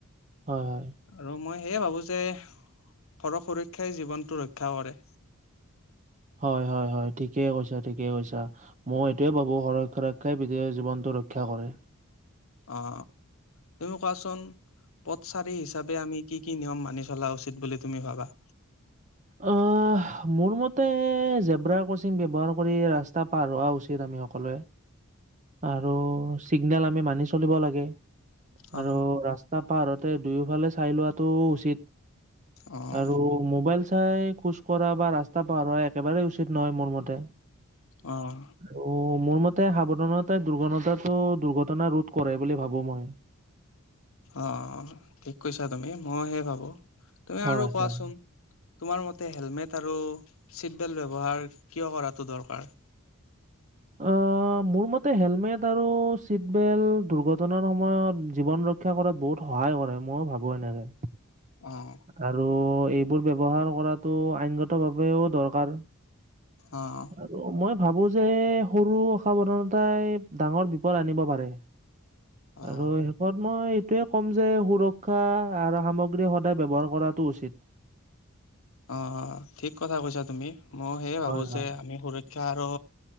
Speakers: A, on the right (about 35°); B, on the left (about 70°).
A: হয় হয়।
B: আৰু মই সেয়ে ভাবো যে সৰহ সুৰক্ষাই জীৱনটো ৰক্ষা কৰে।
A: হয় হয় হয়, ঠিকে কৈছা, ঠিকেই কৈছা। মই এইটোৱে ভাবো সৰহ সৰক্ষা ৰক্ষাই বিদে জীৱনটো ৰক্ষা কৰে।
B: অঁ তুমি কোৱাচোন পথচাৰী হিচাপে আমি কি কি নিয়ম মানি চলা উচিত বুলি তুমি ভাবা?
A: অঁ মোৰ মতে জেব্ৰাৰ ক্ৰচিং ব্যৱহাৰ কৰি ৰাস্তা পাৰ হোৱা উচিত আমি সকলোৱে। আৰু চিগনেল আমি মানি চলিব লাগে,
B: অ
A: আৰু ৰা স্তা পাৰ হওঁতে দুয়োফালে চাই লোৱাটো উচিত,
B: অ
A: আৰু মোবাইল চাই খোজ কঢ়া বা ৰাস্তা পাৰ হোৱা একেবাৰেই উচিত নহয় মোৰ মতে।
B: অঁ
A: অও মোৰ মতে সাৱধানতাই দুৰ্ঘনতাটো দুৰ্ঘটনা ৰোধ কৰে বুলি ভাবো মই।
B: অঁ ঠিক কৈছা তুমি মইহে ভাবো, তুমি
A: হয়
B: আৰু কোৱাচোন?
A: হয়।
B: তোমাৰ মতে হেলমেট আৰু চিটবেল্ট ব্যৱহাৰ কিয় কৰাটো দৰকাৰ?
A: অঁ মোৰ মতে হেলমেট আৰু চিট বেল্ট দুৰ্ঘটনাৰ সময়ত জীৱন ৰ ক্ষা কৰাত বহুত সহায় কৰে মইয়ো ভাবোঁ এনেকে।
B: অঁ
A: আৰু এইবোৰ ব্যৱহাৰ কৰাতটো আইনগত ভাৱেও দৰকাৰ।
B: অঁ
A: আৰু মই ভাবো যে সৰু অসাৱধানতাই ডাঙৰ বিপদ আনিব পাৰে।
B: অ',
A: আৰু শেষত মই এইটোয়ে ক'ম যে সুৰক্ষা আৰু সামগ্ৰী সদ ব্যৱহাৰ কৰাটো উচিত।
B: অঁ ঠিক কথা কৈছা তুমি, মই সেয়ে ভাবো
A: হয়, হয়।
B: যে আমি সুৰ ক্ষা আৰু